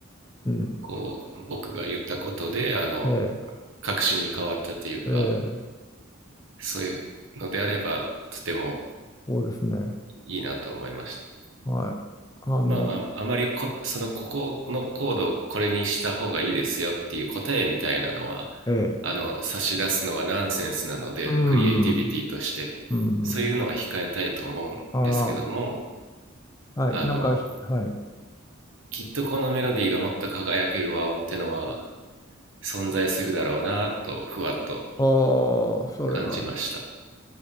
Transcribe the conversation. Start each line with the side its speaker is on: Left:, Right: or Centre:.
Left: うん。
Right: こう、僕が言ったことで、あの、
Left: ええ、
Right: 確信に変わったというか、
Left: ええ、
Right: そういうのであれば、とても
Left: そうですね。
Right: いいなと思いました。
Left: はい。あの、
Right: まあ、ああまりこ、その、ここのコードをこれにした方がいいですよっていう答えみたいなのは、
Left: ええ、
Right: あの、差し出すのはナンセンスなので、
Left: うん、
Right: クリエイティビティとして、
Left: うん、うん。
Right: そういうのは控えたいと思うんですけども、
Left: ああ、はい。
Right: あの、
Left: なんか、はい。
Right: きっとこのメロディーがもっと輝ける和音ってのは存在するだろうなと、ふわっと
Left: ああ、それは。
Right: 感じました。